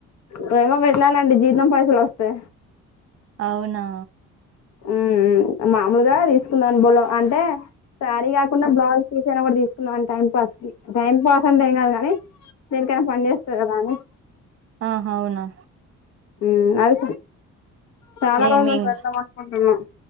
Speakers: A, on the left (about 65°); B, on the right (about 50°).
A: ఇప్పుడేమొ వెళ్ళాలండి జీతం పైసలు వస్తే
B: అవునా
A: ఊ ఉ మామూలుగా తీసుకుందాం అని బోల అంటే శారీ గాకున్న బ్లౌజ్ పీసైనా ఒకటి తీసుకుందాం అని టైం పాస్ కి టైం పాస్ అంటే ఏం కాదు గానీ దేనికైనా పని చేస్తాది కదా అని
B: ఆహా అవునా
A: ఊ అది చాలా
B: నేన్
A: రోజుల
B: మేమ్
A: నుండి వెళ్దాం అనుకుంటున్నా